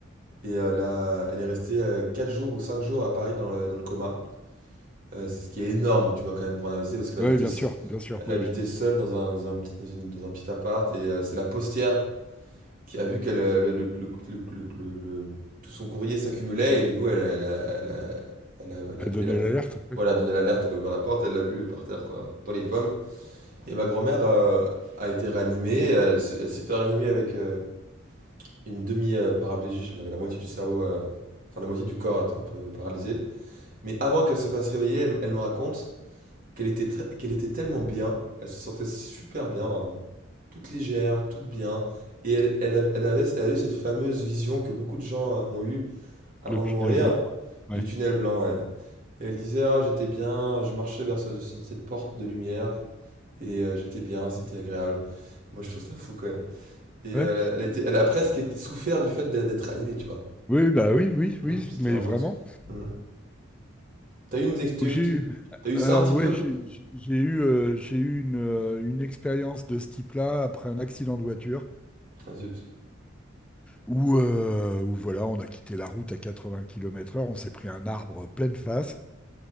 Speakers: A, on the right (about 45°); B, in the centre.
A: et euh, elle a- elle est restée euh, 4 jours ou 5 jours à Paris dans le, dans le coma. Euh, c'est ce qui est énorme, tu vois, quand même, pour un AVC parce qu'elle
B: Oui,
A: habitait,
B: bien
A: s-
B: sûr, bien sûr,
A: elle
B: oui,
A: habitait
B: oui.
A: seule dans un, dans un petit, dans une- dans un petit appart et euh, c'est la postière qui a vu qu'elle, euh, le, le- le- le- le- le- le- tout son courrier s'accumulait et du coup, elle, elle a, elle a- elle a- elle
B: À
A: a appelé
B: donner
A: la po-
B: l'alerte, oui.
A: Voilà, donné l'alerte, elle a ouvert la porte, elle l'a vu par terre, quoi, dans les pommes. Et ma grand-mère euh, a été réanimée. Elle, se- elle s'est fait réanimer avec euh, une demi-paraplégie. Elle avait la moitié du cerveau, euh, enfin la moitié du corps un peu paralysé. Mais avant qu'elle se fasse réveiller, elle, elle nous raconte qu'elle était, tr- qu'elle était tellement bien. Elle se sentait super bien, vraiment. Toute légère, toute bien. Et elle, elle, a- elle avait, elle a eu cette fameuse vision que beaucoup de gens euh, ont eue avant
B: le tunnel
A: de mourir,
B: blanc. Ouais.
A: du tunnel blanc. ouais. Et elle disait, ah, j'étais bien, je marchais vers ce- cette porte de lumière, et euh, j'étais bien, c'était agréable. Moi, je trouve ça fou quand même. Et euh,
B: Ouais.
A: elle, elle était, elle a presque été- souffert du fait d'être d'être animée, tu vois.
B: Oui, bah oui, oui, oui,
A: Mm. C'était
B: mais
A: un retour.
B: vraiment.
A: Mm. T'as eu, une, ex- t'as
B: Donc,
A: eu-
B: j'ai
A: t'as
B: eu,
A: eu
B: alors
A: ça un petit
B: ouais,
A: peu
B: j'ai j'ai- j'ai eu, euh, j'ai eu une, euh, une expérience de ce type-là après un accident de voiture
A: Ah zut.
B: où, euh, où voilà, on a quitté la route à 80 km/h, on s'est pris un arbre pleine face.